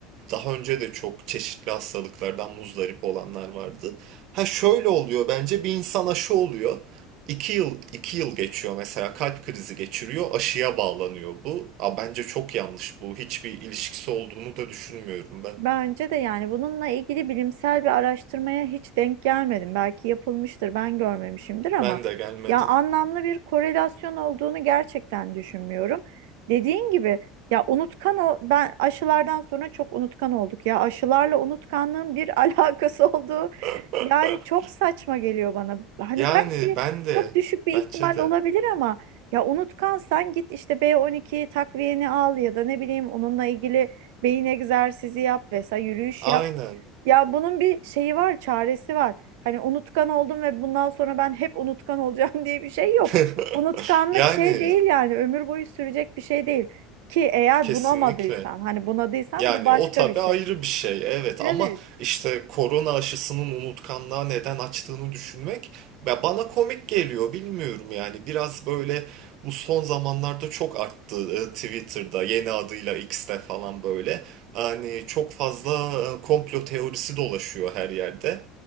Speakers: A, on the right (about 55°); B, on the right (about 85°).
A: Daha önce de çok çeşitli hastalıklardan muzdarip olanlar vardı. Ha şöyle oluyor bence bir insan aşı oluyor. İki yıl, iki yıl geçiyor mesela kalp krizi geçiriyor aşıya bağlanıyor bu. Aa, bence çok yanlış bu. Hiçbir ilişkisi olduğunu da düşünmüyorum ben.
B: Bence de yani bununla ilgili bilimsel bir araştırmaya hiç denk gelmedim. Belki yapılmıştır, ben görmemişimdir ama
A: Ben de gelmedim.
B: ya anlamlı bir korelasyon olduğunu gerçekten düşünmüyorum. Dediğin gibi ya unutkan o ben aşılardan sonra çok unutkan olduk ya. Aşılarla unutkanlığın bir <laughs> alakası olduğu
A: <laughs>
B: yani çok saçma geliyor bana. Hani
A: Yani
B: belki
A: ben de
B: çok düşük bir
A: bence
B: ihtimal olabilir
A: de
B: ama ya unutkansan git işte B12 takviyeni al ya da ne bileyim onunla ilgili beyin egzersizi yap vesaire yürüyüş
A: aynen.
B: yap. Ya bunun bir şeyi var, çaresi var. Hani unutkan oldum ve bundan sonra ben hep unutkan olacağım <laughs> diye bir şey yok.
A: <laughs>
B: Unutkanlık
A: Yani
B: şey değil yani ömür boyu sürecek bir şey değil. Ki eğer
A: kesinlikle.
B: bunamadıysan, hani bunadıysan
A: Yani
B: bu başka
A: o tabii
B: bir şey.
A: ayrı bir şey evet
B: Evet,
A: ama işte korona aşısının unutkanlığa neden açtığını düşünmek ya bana komik geliyor bilmiyorum yani biraz böyle bu son zamanlarda çok arttı e, Twitter'da yeni adıyla X'te falan böyle hani çok fazla e, komplo teorisi dolaşıyor her yerde.